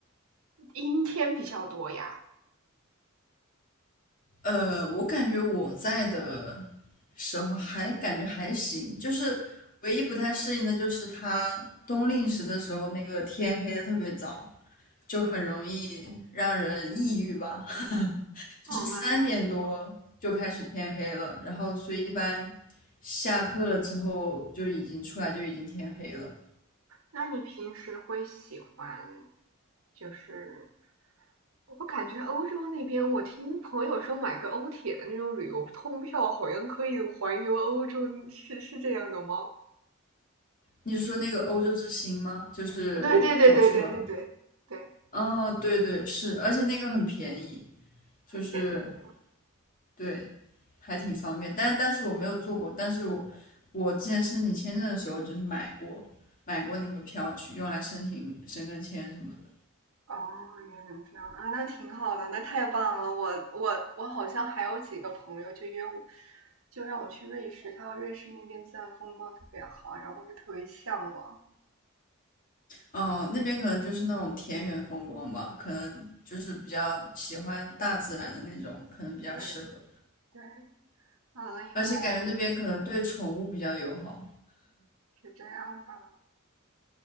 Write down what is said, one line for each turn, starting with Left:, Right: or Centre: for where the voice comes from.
Right: 阴天比较多呀？
Left: 呃，我感觉我在的时候还感觉还行，就是唯一不太适应的就是它冬令时的时候，那个天黑的特别早，就很容易让人抑郁吧。就是三点多就开始天黑了，
Right: 哦，那原来，
Left: 然后所以一般下课了之后就已经出来就已经天黑了。
Right: 那你平时会喜欢就是我感觉欧洲那边，我听朋友说买个欧铁的那种旅游通票，好像可以环游欧洲，是是这样的吗？
Left: 你是说那个欧洲之星吗？就是火车。
Right: 对对对对对对对对，
Left: 嗯、对对是，而且那个很便宜，就是
Right: 很便宜的。
Left: 对，还挺方便。但但是我没有做过，但是我我之前申请签证的时候就是买过买过那个票去用来申请申根签什么的。
Right: 哦，原来这样啊，那挺好的，那太棒了。我我我好像还有几个朋友就约我，就让我去瑞士，他说瑞士那边自然风光特别好，然后我就特别向往。
Left: 嗯、呃那边可能就是那种田园风光吧，可能就是比较喜欢大自然的那种，可能比较适合。
Right: 对对，完了以后
Left: 而且感觉那边可能对宠物比较友好。
Right: 是这样吧。